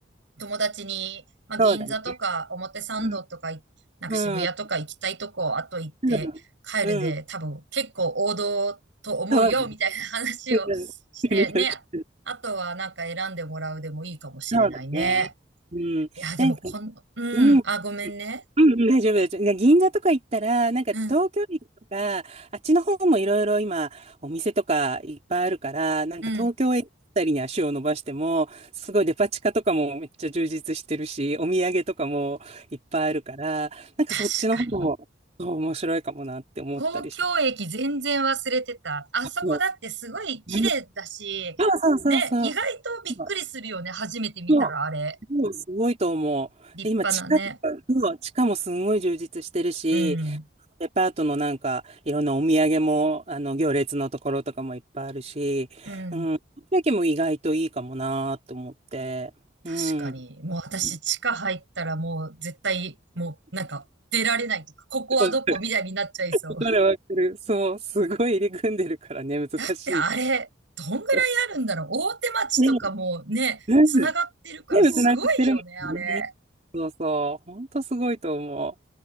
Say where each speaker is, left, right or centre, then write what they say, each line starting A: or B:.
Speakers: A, on the right; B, on the right.
A: 友達に、まあ銀座とか表参道とかい、
B: そうだね。うん。
A: なんか渋谷とか行きたいとこ、
B: うん。
A: あと行って帰るで、
B: うん。うん。
A: 多分結構王道と思うよ、
B: そうだね。
A: みたいな話をしてね。
B: うん <laughs>
A: あとはなんか選んでもらうでもいいかもしれないね。
B: そうだね。うん。
A: いや、でもこん、
B: なんか、
A: うん、
B: うん。
A: あ、ごめんね。
B: うんうん、大丈夫です。い銀座とか行ったら、なんか東京駅とか、
A: うん
B: あっちの方もいろいろ今、お店とかいっぱいあるから、なんか東京駅あたりに足を伸ばしても、
A: うん。
B: すごいデパ地下とかもめっちゃ充実してるし、お土産とかもいっぱいあるから、なんかそっちの方も、
A: 確かに。
B: そう面白いかもなって思ったりして。
A: 東京駅全然忘れてた。あそこだってすごい綺麗だし、
B: もううんそうそうそう
A: ね、意外とびっくりするよね。
B: そう。
A: 初めて見たらあれ。
B: そう、うんすごいと思う。
A: 立派なね。
B: で、今、地下とか、そう地下もすごい充実してるし、
A: うん。
B: デパートのなんか、いろんなお土産も、あの、行列のところとかもいっぱいあるし、
A: うん。
B: うん、だけも意外といいかもなーと思って、
A: 確かに。
B: うん。
A: もう私、
B: うん
A: 地下入ったらもう絶対、もうなんか出られないとか、ここはどこみたいになっちゃいそう。
B: わかる、<laughs> わかる、わかる。そう、すごい入り組んでるからね、難しい。
A: だってあれ、どんぐらいあるんだろう。
B: そ
A: 大手町とかもね、
B: うね、うん。
A: つながってるからすごいよね、
B: ね、つながってるもんね。
A: あれ。
B: そうそう。ほんとすごいと思